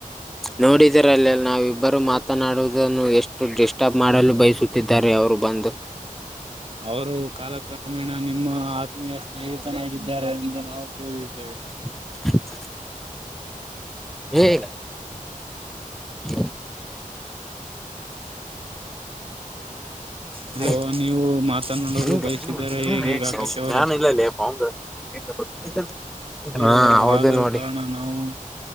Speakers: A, in the centre; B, on the right (about 40°).
A: ನೋಡಿದರಲ್ಲ ನಾವಿಬ್ಬರು ಮಾತನಾಡುವುದನ್ನು ಎಷ್ಟು ಡಿಸ್ಟರ್ಬ್ ಮಾಡಲು ಬಯಸು ತ್ತಿದ್ದಾರೆ ಅವರು ಬಂದ.
B: ಅವರು ಕಾಲಕ್ರಮೇಣ ನಿಮ್ಮ ಆತ್ಮೀಯ ಸ್ನೇಹಿತನಾಗಿದ್ದಾರೆ ಎಂದು ನಾವು ತಿಳಿದ್ದೇವೆ.
A: ಟಕ್ ಟಕ್ ಈಗ. ಹು
B: ಹಲೋ
A: ಹೆ
B: ನೀವು ಮಾತನಾಡಲು
A: ಹಂಗಾ
B: ಬಯಸಿದರೆ ಹೇಗೆ
A: ಏಕ್ ಸೌ
B: ಆಕಾಶ್ ಅವರೇ
A: ದ್ನಾನ ಇಲ್ಲ ಲೆ ಪೌಂಡ್. ಬಕ್ ಬೇಕಂತ
B: ಹಲೋ
A: ಹಾ ಹೌದ
B: ಆದ
A: ನೋಡಿ.
B: ಕಾರಣ ನಾವು